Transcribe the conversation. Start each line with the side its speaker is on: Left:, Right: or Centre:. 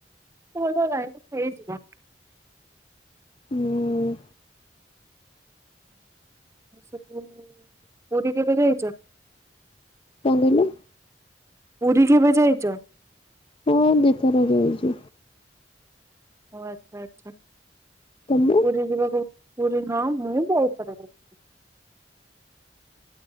Right: ଭଲ ଲାଇନ ହେଇଯିବ।
Left: ହୁଁ।
Right: ହୁଁ <unintelligible> ପୁରୀ କେବେ ଯାଇଛ?
Left: କଣ କହିଲ?
Right: ପୁରୀ କେବେ ଯାଇଛ?
Left: ହଁ ଦିଥର ଯାଇଛି।
Right: ଓ ଆଚ୍ଛା ଆଚ୍ଛା।
Left: ତମୁ
Right: ପୁରୀ ଯିବାକୁ ପୁରୀ ହଁ ମୁଁ ବହୁଥର ଯାଇଛି।